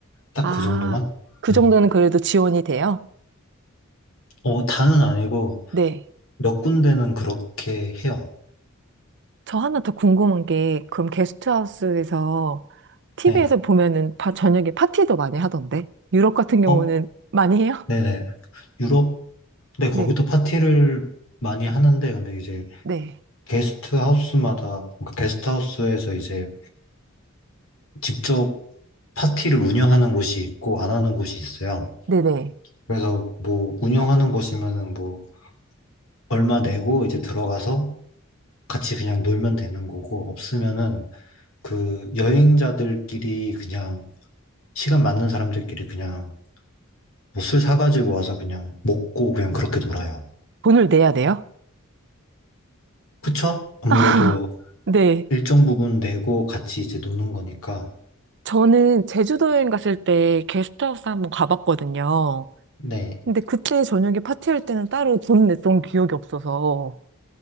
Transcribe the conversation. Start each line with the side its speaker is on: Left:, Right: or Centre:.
Left: 딱
Right: 아,
Left: 그 정도만?
Right: 그
Left: 예.
Right: 정도는 그래도 지원이 돼요?
Left: 어, 다는 아니고
Right: 네.
Left: 몇 군데는 그렇게 해요.
Right: 저 하나 더 궁금한 게, 그럼 게스트하우스에서, TV에서
Left: 네.
Right: 보면은 바- 저녁에 파티도 많이 하던데? 유럽 같은 경우는
Left: 어,
Right: 많이 해요?
Left: 네네.
Right: <laughs>
Left: 유럽, 근데 거기도
Right: 네,
Left: 파티를 많이 하는데, 근데 이제
Right: 네,
Left: 게스트 하우스마다, 그러니까 게스트 하우스에서 이제 직접 파티를 운영하는 곳이 있고, 안 하는 곳이 있어요.
Right: 네네.
Left: 그래서 뭐, 운영하는 곳이면은 뭐, 얼마 내고 이제 들어가서 같이 그냥 놀면 되는 거고, 없으면은 그 여행자들끼리 그냥, 시간 맞는 사람들끼리 그냥 뭐술 사가지고 와서 그냥 먹고 그냥 그렇게 놀아요.
Right: 돈을 내야 돼요?
Left: 그쵸? 아무래도
Right: <laughs> 네.
Left: 일정 부분 내고 같이 이제 노는 거니까.
Right: 저는 제주도 여행 갔을 때 게스트하우스 한번 가봤거든요.
Left: 네.
Right: 근데 그때 저녁에 파티할 때는 따로 돈 냈던 기억이 없어서.